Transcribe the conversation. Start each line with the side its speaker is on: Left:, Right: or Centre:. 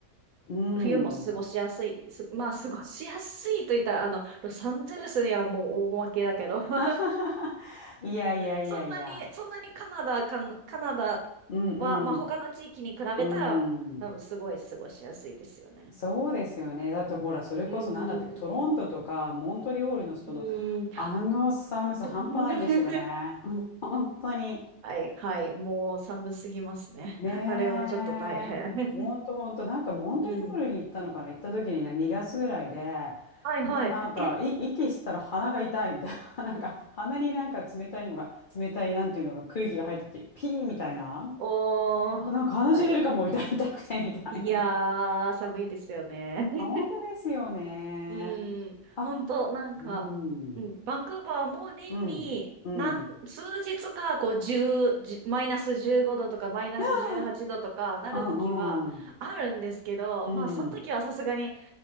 Left: うん。
Right: 冬も過ごしやすい、
Left: うん。
Right: す、まあ、過ごしやすいと言ったら、あの、ロサンゼルスにはもう大負けだけど、<laughs>
Left: <laughs> いやいやいやいや。
Right: そんなに、そんなにカナダ、カナ、カナダ
Left: うんうん。
Right: は、まあ、他の地域に比べたら、
Left: う
Right: 多分すごい過ごしやすいですよね。
Left: ん。そうですよね。だってほら、それこそ何だったっけ、
Right: うーん。
Left: トロントとかモントリオールの人の
Right: うーん。
Left: あの寒さ半端ないですよね。
Right: <laughs> は
Left: <laughs> うん本当に。
Right: い、はい。もう寒すぎますね。
Left: ねえ。
Right: あれはちょっと大変。<laughs>
Left: 本当本当。なんかモントリオールに行ったのかな、
Right: うん。
Left: 行った時にな2月ぐらいで、
Right: はい、
Left: もうなんかい息したら鼻が痛いみたいな、
Right: はい。え、
Left: <laughs> なんか鼻になんか冷たいのが、冷たいなんていうのが空気が入ってきて、ピーみたいな。
Right: おー。
Left: あ、なんか鼻血出るかも痛い痛くてみたいな。
Right: はい。いやー、寒いですよね。<laughs>
Left: あ、本当ですよね。
Right: うーん、
Left: あ、
Right: 本当なんか、
Left: うん。
Right: うん、バンクーバーも年に何、
Left: うん、うん。
Right: 数日か、こう、10、じゅうマイナス15度とか、マイナス18度とかなるときはあるんですけど、
Left: <laughs> うん、うん、うん。
Right: まあ、その時はさすがに、